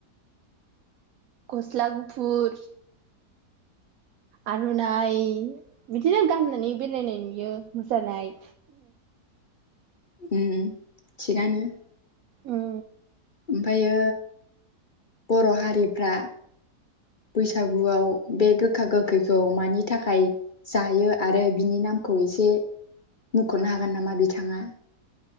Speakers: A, on the right; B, on the left.
A: गस्ला गुफुर आर'नाइ बिदिनो गाननानै बेरायनाय नुयो मोसानाय
B: <unintelligible> <unintelligible> उम थिगानो
A: उम
B: ओमफ्रायो बर' हारिफ्रा बैसागुआव बे गोखा गोखैखौ मानि थाखाय जायो आरो बिनि नामखौ एसे मुख'नो हागोन नामा बिथाङा।